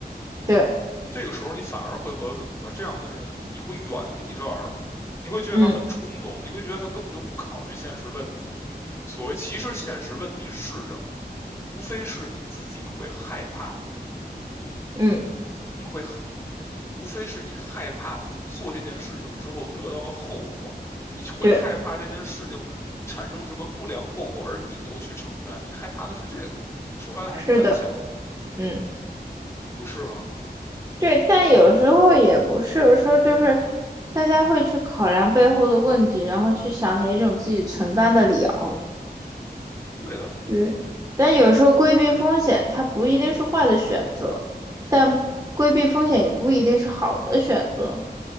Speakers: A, on the right; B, on the left.
A: 对，
B: 这个时候，你反而会和怎么说这样的人，你会远离这样的人，你会觉得他很冲动，
A: 嗯
B: 你会觉得他根本就不考虑现实问题。所谓其实现实问题是什么？无非是你自己会害怕，
A: 嗯
B: 你会你你无非是你害怕，就是做这件事情之后得到的后果，你会害怕这件事情产生什么不良后果，
A: 对，
B: 而你又去承担，你害怕的是这个，说白了还是胆小，
A: 是的，嗯。
B: 不是吗？
A: 对，但有时候也不是，有时候就是大家会去考量背后的问题，然后去想哪种自己承担得了。
B: 对的
A: 对，但有时候规避风险，它不一定是坏的选择，但规避风险也不一定是好的选择。